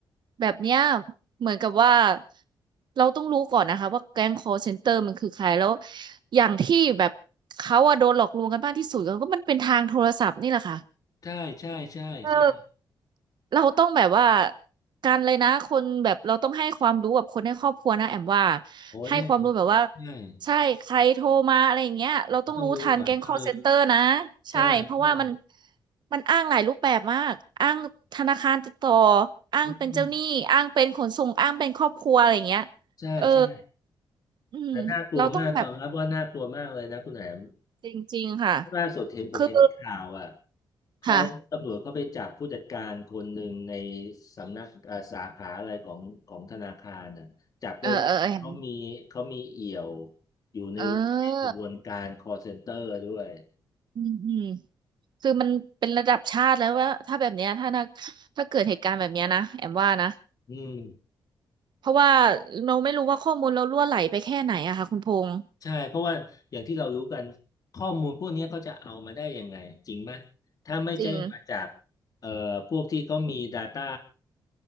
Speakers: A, on the right; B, on the left.
A: แบบเนี้ยเหมือนกับว่าเราต้องรู้ก่อนนะคะว่าแก๊ง call center มันคือใครแล้วอย่างที่แบบเขาอะโดนหลอกลวงกันมากที่สุดก็มันเป็นทางโทรศัพท์นี่แหละค่ะ
B: ใช่ใช่ใช่ใช่
A: เออ เราต้องแบบว่าการเลยนะคนแบบเราต้องให้ความรู้กับคนในครอบครัวนะแอมว่า
B: โอ้เนี่ย
A: ให้ความรู้แบบว่า
B: ใช่
A: ใช่ใครโทรมาอะไรอย่างเงี้ยเราต้องรู้ทันแก๊ง
B: มันต้องรู้ก่อนเออ
A: call center นะใช่เพราะว่ามัน
B: ใช่ใช่
A: มันอ้างหลายรูปแบบมากอ้างธนาคารติดต่ออ้างเป็นเจ้าหนี้อ้างเป็นขนส่งอ้างเป็นครอบครัวอะไรอย่างเงี้ย
B: อืมใช่ใช่
A: เอออืมเราต้องแบบ
B: แต่น่ากลัวมากตอนรับว่าน่ากลัวมากเลยนะคุณแหนม
A: จริงๆค่ะ
B: ล่าสุดเห็นผมเห็นในข่าวอ่ะ
A: คือ
B: เขาตำรวจเขาไปจับผู้จัดการคนหนึ่งใน
A: ค่ะ
B: สำนักเอ่อสาขาอะไรของของธนาคารน่ะจับได้ว่าเขามีเขามีเอี่ยว
A: เออเออเห็น
B: อยู่ใน
A: เออ
B: กระบวนการ call center ด้วย
A: อืมอืม คือมันเป็นระดับชาติแล้วว่าถ้าแบบเนี้ยถ้านะถ้าเกิดเหตุการณ์แบบเนี้ยนะแอมว่านะ
B: อืม
A: เพราะว่าเราไม่รู้ว่าข้อมูลเรารั่วไหลไปแค่ไหนอะค่ะคุณพงษ์
B: ใช่เพราะว่าอย่างที่เรารู้กันข้อมูลพวกนี้เขาจะเอามาได้ยังไงจริงไหมถ้าไม่ใช่มาจาก
A: จริง
B: เอ่อพวกที่เขามี Data